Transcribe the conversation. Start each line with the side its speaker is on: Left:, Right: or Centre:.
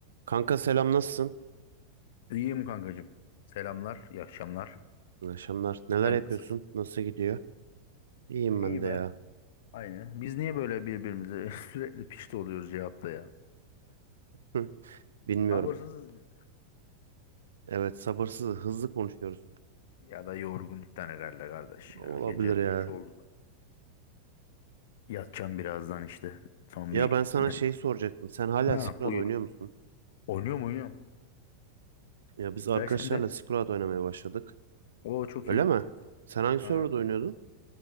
Right: Kanka selam nasılsın?
Left: İyiyim kankacığım. Selamlar, iyi akşamlar.
Right: İyi Akşamlar. Neler
Left: Sen
Right: yapıyorsun?
Left: nasılsın?
Right: Nasıl gidiyor? İyiyim
Left: İyi
Right: ben de
Left: be.
Right: ya.
Left: Aynı. Biz niye böyle birbirimize <laughs> sürekli pişti oluyoruz cevapta ya?
Right: Hı, Bilmiyorum.
Left: Sabırsızız biz.
Right: Evet sabırsız hızlı konuşuyoruz.
Left: Ya da yorgunluktan herhalde kardeş
Right: Olabilir
Left: ya. Gece geç
Right: ya.
Left: oldu. Yatacağım birazdan işte. Son
Right: Ya
Left: bir...
Right: ben sana
Left: <laughs>
Right: şey soracaktım. Sen hala
Left: Ha
Right: Skrull
Left: buyur.
Right: oynuyor musun?
Left: Oynuyor mu oynuyorum?
Right: Ya biz arkadaşlarla
Left: Gel sen de.
Right: Skrull oynamaya başladık.
Left: O çok
Right: Öyle
Left: iyi.
Right: mi? Sen hangi
Left: Ha.
Right: serverda oynuyordun?